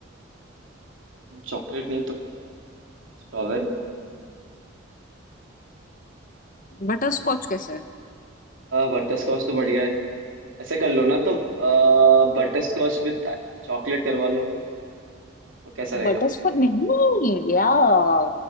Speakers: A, on the right (about 85°); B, on the left (about 45°).
A: चॉकलेट नहीं तो फिर स्ट्रॉबेरी
B: बटर स्कॉच कैसा है
A: बटर स्कॉच तो बढ़िया है ऐसे कर लो ना तुम बटर स्कॉच विद चॉकलेट करवा लो वो कैसा रहेगा
B: बटर स्कॉच नहीं यार